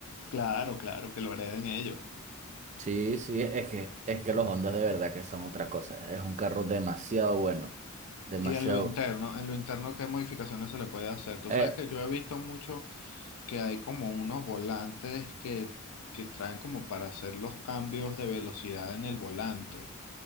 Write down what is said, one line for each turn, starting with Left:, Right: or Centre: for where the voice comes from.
Left: Claro, claro, que lo hereden ellos.
Right: Sí, sí, es que, es que los Hondas de verdad que son otra cosa. Es un carro demasiado bueno, demasiado.
Left: Y en lo interno, en lo interno, ¿qué modificaciones se le puede hacer? Tú
Right: Eh,
Left: sabes que yo he visto mucho que hay como unos volantes que, que traen como para hacer los cambios de velocidad en el volante.